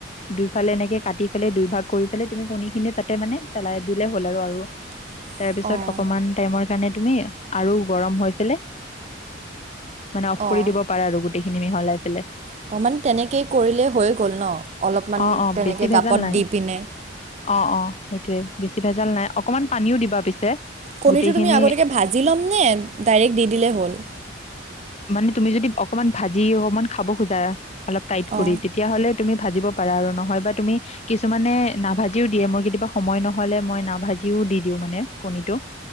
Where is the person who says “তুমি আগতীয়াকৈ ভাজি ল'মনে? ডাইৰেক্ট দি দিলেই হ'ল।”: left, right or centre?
Right